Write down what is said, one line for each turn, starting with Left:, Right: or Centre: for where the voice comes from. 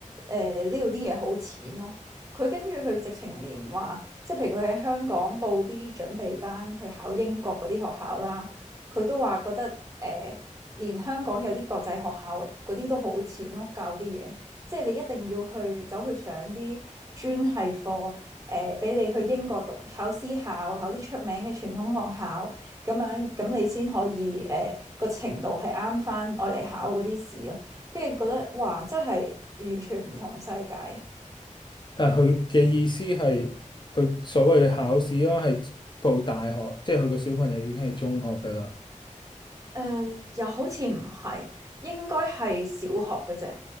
Right: 誒呢度啲嘢好淺咯。佢跟住佢直情連話，即係譬如佢喺香港報啲準備班去考英國嗰啲學校啦，佢都話覺得誒、呃，連香港有啲國際學校嗰啲都好淺咯，教啲嘢。即係你一定要去走去上啲專系課，誒呃俾你去英國讀考私校，考啲出名嘅傳統學校，咁樣咁你先可以誒個、程度係啱翻我嚟考嗰啲試咯。跟住覺得哇，真係完全唔同世界。
Left: 但係佢嘅意思係佢所謂嘅考試啦，係報大學，即係佢個小朋友已經係中學㗎啦。
Right: 誒、又好似唔係，應該係小學嘅啫，